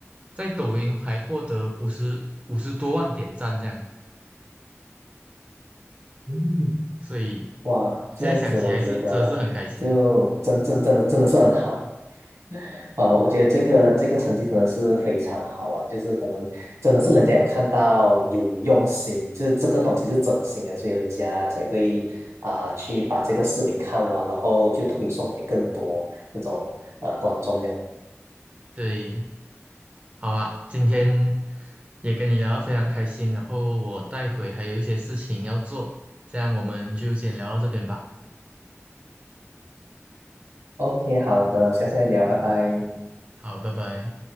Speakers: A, on the right; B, on the right.
A: 在抖音还获得五十五十多万点赞这样，
B: 嗯
A: 所以
B: 哇，这样子我觉得就真真真的真的是很好。
A: 现在想起来是真的是很开心。
B: 啊，我我觉得这个这个成绩真的是非常好啊，就是可能真的是人家有看到有用心，就是这个东西是真心的，所以人家才会啊、去把这个视频看完，然后就推送给更多这种呃观众这样
A: 对，好啊，今天也跟你聊得非常开心，然后我待会还有一些事情要做，这样我们就先聊到这边吧。
B: OK，好的，下次再聊，拜拜。
A: 好，拜拜。